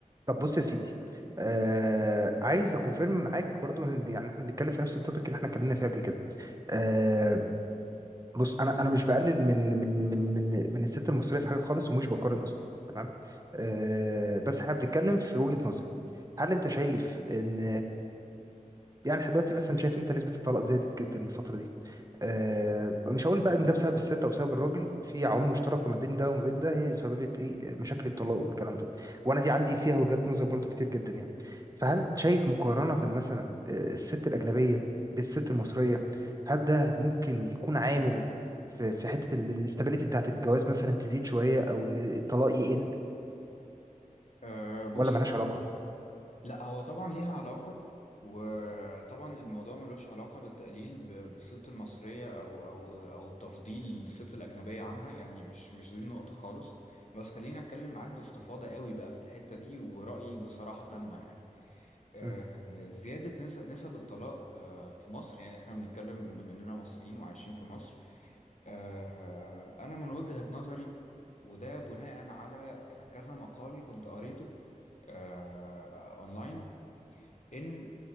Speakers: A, on the right; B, on the left.
A: طب بص يا سيدي آه عايز اكونفيرم معاك برضو ان يعني احنا بنتكلم في نفس التوبيك اللي احنا اتكلمنا فيه قبل كده آه بص انا انا مش بقلل من من من من من الست المصريه في حاجه خالص ومش بقارن اصلا تمام آه بس احنا بنتكلم في وجهه نظر هل انت شايف ان يعني احنا دلوقتي مثلا شايف انت نسبه الطلاق زادت جدا الفتره دي آه، مش هقول بقى ان ده بسبب الست او بسبب الراجل في عوامل مشتركه ما بين ده وما بين ده هي سببت ايه آه، مشاكل الطلاق والكلام ده وانا دي عندي فيها وجهات نظر برضو كتير جدا يعني فهل شايف مقارنه مثلا آه، الست الاجنبيه بالست المصريه هل ده ممكن يكون عامل في في حته الاستابيليتي بتاعت الجواز مثلا تزيد شويه او ان الطلاق يقل
B: أه بص
A: ولا ملهاش علاقه
B: لا هو طبعا ليها علاقة وطبعا الموضوع ملوش علاقة بالتقليل ب- بالست المصرية أو أو أو تفضيل الست الأجنبية عنها يعني مش مش دي النقطة خالص بس خليني أتكلم معاك باستفاضة قوي بقى في الحتة دي ورأيي بصراحة تامة يعني أه
A: مم.
B: زيادة نسب نسب الطلاق أه في مصر يعني إحنا بنتكلم بما إننا مصريين وعايشين في مصر آه، أنا من وجهة نظري وده بناء على آه، كذا مقال كنت قريته آه، أونلاين إن